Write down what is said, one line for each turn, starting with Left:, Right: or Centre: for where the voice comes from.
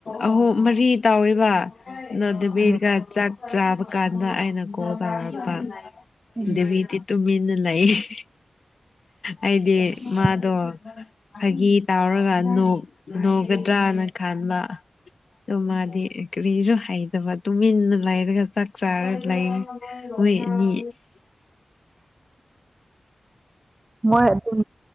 Left: ꯑꯍꯨꯝ ꯃꯔꯤ ꯇꯥꯎꯋꯦꯕ ꯅꯗꯕꯤꯔꯒ
Right: ꯎꯝ
Left: ꯆ ꯆꯥꯕ ꯀꯥꯟꯗ ꯑꯩꯅ ꯀꯣ ꯇꯥꯄ
Right: ꯎꯝ
Left: ꯏꯗꯕꯤꯗꯤ ꯇꯨꯃꯤꯟꯅ ꯂꯩꯏ <unintelligible> ꯑꯩꯗꯤ
Right: ꯁꯦꯁ
Left: ꯃꯥ ꯐꯥꯒꯤ ꯇꯥꯎꯔꯒ ꯅꯣꯒꯗ꯭ꯔꯅ ꯈꯕ ꯑꯗꯨ ꯃꯥ ꯀꯔꯤꯁꯨ ꯍꯥꯏꯗ꯭ꯔꯕꯥꯗ ꯇꯨꯃꯤꯟꯅ ꯂꯩꯔꯒ ꯆꯥꯛ ꯆꯥꯔ ꯂꯩ ꯑꯣꯏꯣꯏꯅꯤ
Right: ꯃꯣꯏ ꯑꯗꯨꯒꯤ